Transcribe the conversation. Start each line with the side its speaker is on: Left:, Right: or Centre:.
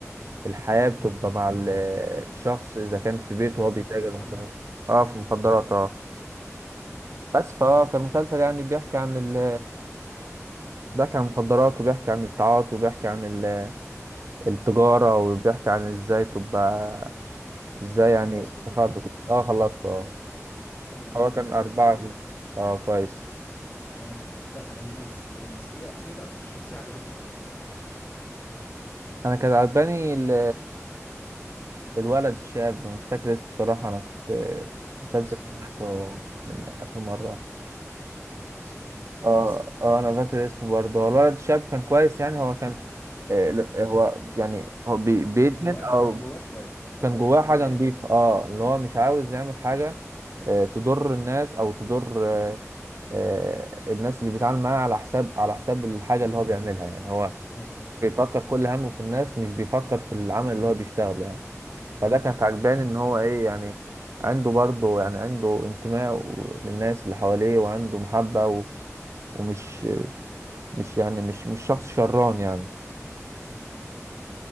Right: الحياة بتبقى مع ال- الشخص إذا كان في بيته
Left: في
Right: هو
Left: المخدرات
Right: بيتاجر وكده
Left: عامه
Right: اه
Left: اه
Right: في المخدرات اه بس فهو كان مسلسل يعني بيحكي عن ال بيحكي عن المخدرات وبيحكي عن التعاطي وبيحكي عن ال- التجارة وبيحكي عن ازاي تبقى ازاي
Left: انت
Right: يعني
Left: خلصته
Right: تخرج اه خلصت اه
Left: حلو جميل
Right: هو كان
Left: انا اتفرجت
Right: أربعة
Left: عليه برضه
Right: اه كويس
Left: اه لا لذيذ لذيذ ايه مين اكتر شخصيه عجبتك في ال- في المسلسل
Right: أنا كان عجباني ال- الولد الشاب مش فاكر اسمه بصراحة أنا كنت
Left: اللي
Right: مسلسل
Left: هو اسمه
Right: سمعته
Left: اه
Right: من
Left: اه
Right: آخر مرة
Left: آه، كان اسمه ايه انا فاكر
Right: اه
Left: اسمه
Right: اه
Left: آه.
Right: انا فاكر اسمه برضه هو الولد الشاب كان كويس يعني هو كان آه لا، هو يعني هو بي بيدمن
Left: كان جواه كان
Right: او
Left: جواه كويس اه
Right: كان
Left: كان
Right: جواه
Left: جواه
Right: حاجه
Left: حلو
Right: نظيفه اه اللي هو مش
Left: آه،
Right: عاوز يعمل حاجه آه تضر الناس او تضر آه آه الناس اللي بيتعامل معاها على حساب على حساب الحاجه اللي هو بيعملها يعني هو
Left: مظبوط
Right: بيفكر كل همه في الناس مش بيفكر في العمل اللي هو بيشتغله يعني
Left: مم،
Right: فده كانت
Left: مم،
Right: عجباني ان هو ايه يعني عنده برضه يعني عنده انتماء و- للناس اللي حواليه وعنده محبه و... ومش مش يعني مش مش شخص شران يعني
Left: مم.